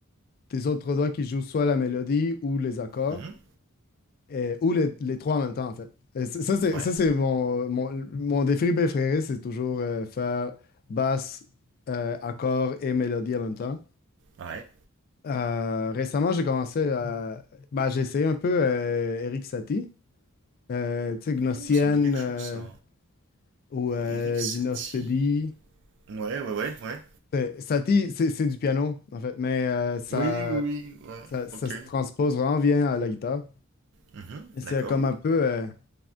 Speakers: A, on the left (about 45°); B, on the right (about 55°).
A: tes autres doigts qui jouent soit la mélodie ou les accords,
B: Mhm.
A: et- ou les, les trois en même temps, en fait. Et c- ça, c'est,
B: Ouais,
A: ça, c'est mon, mon, mon défi préféré, c'est toujours euh, faire basse, euh, accord et mélodie en même temps.
B: ouais.
A: Euh, récemment, j'ai commencé à... bah, j'ai essayé un peu euh, Eric Satie, euh, tu sais, Gnossienne
B: Ouh, ça me dit quelque
A: euh,
B: chose, ça.
A: ou euh,
B: Eric Satie.
A: Gynospédie.
B: Ouais, ouais, ouais, ouais.
A: C'est- Satie, c'est c'est du piano, en fait, mais euh, ça,
B: Oui, oui, oui, ouais,
A: ça, ça
B: ok.
A: se transpose vraiment bien à la guitare.
B: Mhm,
A: Et C'est
B: D'accord.
A: comme un peu... euh,